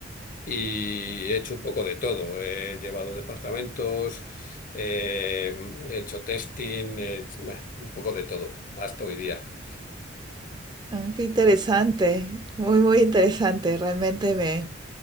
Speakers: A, on the left (about 40°); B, on the right (about 20°).
A: y he hecho un poco de todo. He llevado departamentos, eh, he hecho testing, he hecho- bueno, un poco de todo hasta hoy día.
B: Ah, qué interesante, muy, muy interesante. Realmente me,